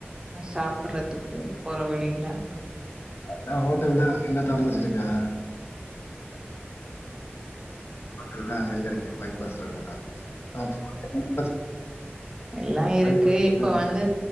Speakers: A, on the right (about 20°); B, on the left (about 65°).
A: சாப்பறதுக்கு போற வழியில
B: அதான் ஹோட்டல் தான் எங்க தறந்து வச்சிருக்காக அதான் அங்க அங்க இருக்கே பைபாஸ் ரோட்ல தான் அ பைபாஸ்
A: எல்லாம் இருக்கு
B: பைபாஸ் ரோடு
A: இப்ப
B: தான் இருக்கு.
A: வந்து